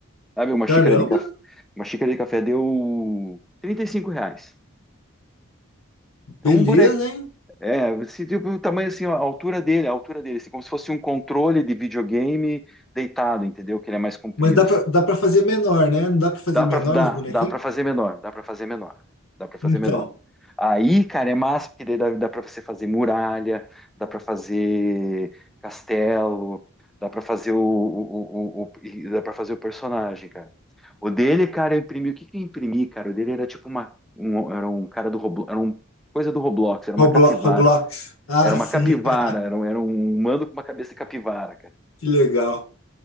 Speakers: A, in the centre; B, on the left.
A: Sabe, uma
B: Caramba,
A: xícara de café. Uma xícara de café deu 35 reais.
B: beleza,
A: É um boneco,
B: hein?
A: É, se, tipo, o tamanho assim, a altura dele, a altura dele, assim, como se fosse um controle de videogame deitado, entendeu? Que ele é mais comprido,
B: Mas dá
A: assim.
B: para dá para fazer menor, né? Não dá para fazer
A: Dá
B: menor
A: pra, dá,
B: os bonequinhos?
A: dá pra fazer menor, dá pra fazer menor, dá pra fazer
B: Então,
A: menor. Aí, cara, é massa, porque daí dá, dá pra você fazer muralha, dá pra fazer castelo, dá pra fazer o, o, o, o- e dá pra fazer o personagem, cara. O dele, cara, eu imprimi, o que que eu imprimi, cara? O dele era tipo uma, um, era um cara do Roblox, era um coisa do Roblox, era uma
B: Roblo-
A: capivara.
B: Roblox. Ah,
A: Era uma
B: sim.
A: capivara,
B: <laughs>
A: era um, era um humano com uma cabeça de capivara, cara.
B: Que legal.